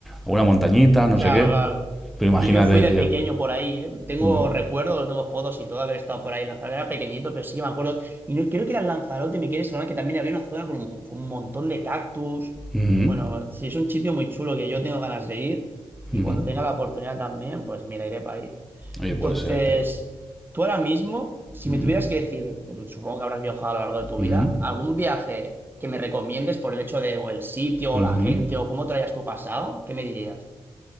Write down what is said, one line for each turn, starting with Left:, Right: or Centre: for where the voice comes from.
Centre: a una montañita, no
Right: Claro,
Centre: sé qué,
Right: claro.
Centre: pero imagínate,
Right: Sí, yo fui de
Centre: tío.
Right: pequeño por ahí, ¿eh? Tengo
Centre: Mm
Right: recuerdos, tengo fotos y todo de haber estado por ahí. Lanzarote era pequeñito, pero sí me acuerdo. Y no, creo que era Lanzarote, me quiere sonar que también había una zona con un, con un montón de cactus.
Centre: -hmm,
Right: Bueno, sí, es un sitio muy chulo que yo tengo ganas de ir. Y
Centre: mm
Right: cuando
Centre: -hmm.
Right: tenga la oportunidad también, pues mira, iré para ahí.
Centre: Oye,
Right: Entonces,
Centre: puede ser, tío.
Right: tú ahora mismo, si
Centre: Mm
Right: me tuvieras que decir, supongo que habrás viajado a lo largo de tu
Centre: -hmm.
Right: vida, algún viaje que me recomiendes por el hecho de, o el sitio,
Centre: Ujú.
Right: o la gente, o cómo te lo hayas tú pasado, ¿qué me dirías?